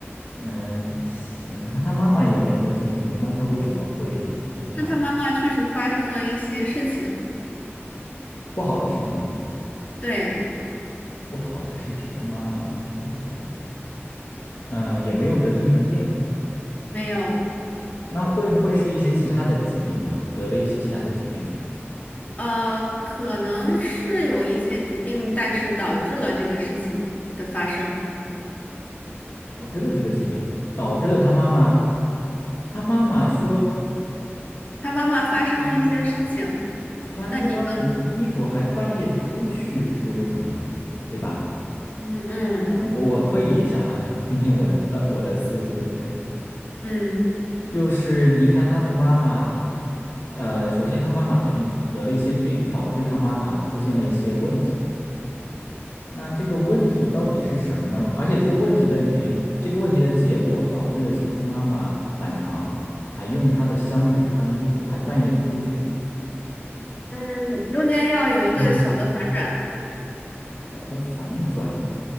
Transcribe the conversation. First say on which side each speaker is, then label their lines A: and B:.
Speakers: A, on the left; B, on the left.
A: 嗯，行，那他妈妈也没得精神病，那他为什么会很反？
B: 那他妈妈确实发生了一些事情。
A: 不好的事情是吗？
B: 对，
A: 不好的事情，他妈妈不好的事情，嗯，也没有得精神病，
B: 没有，
A: 那会不会是一些其他的疾病啊？得了一些其他的疾病，
B: 呃，可能是有一些疾病，但是导致了这个事情的发生。
A: 导致了这个疾病，导致了他妈妈，他妈妈说
B: 他妈妈发生了一些事情，
A: 你穿他的衣服还半夜出去是为什么？
B: 那你更
A: 对吧？
B: 嗯嗯
A: 我我推理一下哈，你听听我的的我的思路对不对？
B: 嗯
A: 就是你看他的妈妈，呃，首先他妈妈肯定得了一些病，导致他妈妈出现了一些问题。那这个问题到底是什么呢？而且这个问题的原因这个问题的结果导致的是他妈妈反常，还用他的香水穿衣服，还半夜出去，
B: 嗯，你中间要有一个小的反转。
A: 嗯搞得反转。